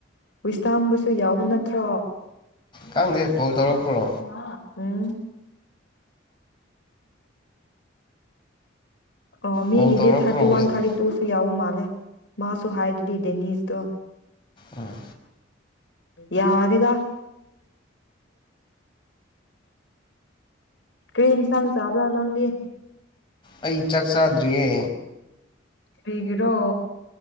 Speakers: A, on the left (about 65°); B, on the left (about 25°).
A: ꯋꯤꯁꯇꯥꯝꯕꯨꯁꯨ ꯌꯥꯎꯕ ꯅꯠꯇ꯭ꯔꯣ
B: ꯈꯪꯗꯦ ꯀꯣꯜ ꯇꯧꯔꯛꯄ꯭ꯔꯣ
A: ꯎꯝ ꯑꯣ ꯃꯤꯒꯤꯗꯤ
B: ꯀꯣꯜ ꯇꯧꯔꯛꯄ꯭ꯔꯣ
A: ꯊꯥꯔꯇꯤ
B: ꯍꯧꯖꯤꯛꯇ
A: ꯋꯥꯟ ꯊꯥꯔꯇꯤ ꯇꯨꯁꯨ ꯌꯥꯎꯕ ꯃꯥꯜꯂꯦ ꯃꯥꯁꯨ ꯍꯥꯏꯗꯨꯗꯤ ꯗꯦꯅꯤꯁꯇꯣ
B: ꯎꯝ
A: ꯌꯥꯔꯦꯗ ꯀ꯭ꯔꯤ ꯏꯟꯁꯥꯡ ꯆꯥꯕ꯭ꯔꯥ ꯅꯪꯗꯤ
B: ꯑꯩ ꯆꯥꯛ ꯆꯥꯗ꯭ꯔꯤꯌꯦ
A: ꯀꯔꯤꯒꯤꯔꯣ